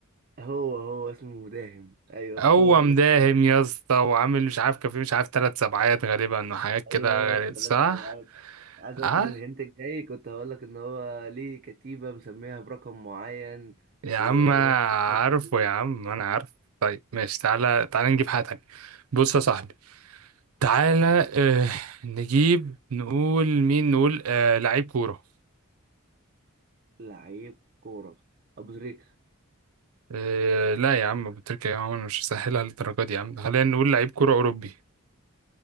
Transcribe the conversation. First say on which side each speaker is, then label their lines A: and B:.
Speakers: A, on the right; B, on the right.
A: هو هو اسمه مداهم ايوه
B: هو
A: <laughs> هو لسه
B: مداهم
A: قصدك.
B: يا اسطى وعامل مش عارف كان في مش عارف ثلاث سبعات غالبا وحاجات
A: <laughs>
B: كده
A: ايوه هو الثلاث
B: غريب صح؟
A: سمعات عايز اقول
B: اه
A: لك ان الهنت الجاي كنت هقول لك ان هو ليه كتيبة مسميها برقم معين
B: يا عم
A: ونفس
B: انا
A: اسم الكتيبة
B: عارفه يا عم انا عارف طيب ماشي تعالى تعالى نجيب حاجة تانية بص يا صاحبي تعالى آه نجيب نقول مين نقول آه لعيب كورة
A: لعيب كورة ابو تريكة
B: آه لا يا عم أبو تريكة يا عم أنا مش هسهلها للدرجة دي يا عم خلينا نقول لعيب كورة أوروبي